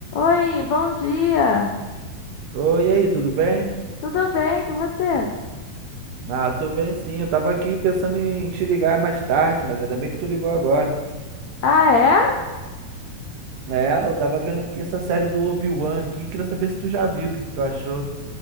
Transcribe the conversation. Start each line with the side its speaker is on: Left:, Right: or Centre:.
Left: Oi, bom dia.
Right: Oi, e aí, tudo bem?
Left: Tudo bem com você?
Right: Ah, tô bem sim. Eu tava aqui pensando em te ligar mais tarde, mas ainda bem que tu ligou agora.
Left: Ah, é?
Right: É, eu tava vendo aqui essa série do Obi-Wan aqui, queria saber se tu já viu, o que que tu achou.